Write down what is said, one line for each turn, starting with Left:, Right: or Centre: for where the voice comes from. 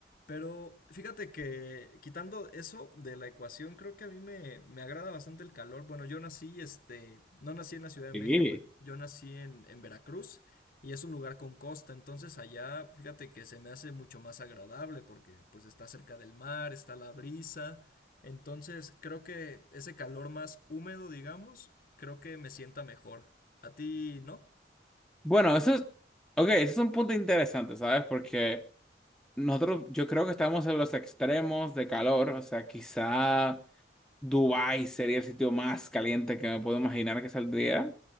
Left: Pero fíjate que quitando eso de la ecuación, creo que a mí me, me agrada bastante el calor. Bueno, yo nací, este, no nací en la Ciudad de
Centre: Sí.
Left: México, yo nací en, en Veracruz y es un lugar con costa, entonces allá fíjate que se me hace mucho más agradable porque pues está cerca del mar, está la brisa. Entonces, creo que ese calor más húmedo, digamos, creo que me sienta mejor. ¿A ti no?
Centre: Bueno, eso es, ok, eso es un punto interesante, ¿sabes? Porque nosotros, yo creo que estamos en los extremos de calor, o sea, quizá Dubái sería el sitio más caliente que me puedo imaginar que saldría,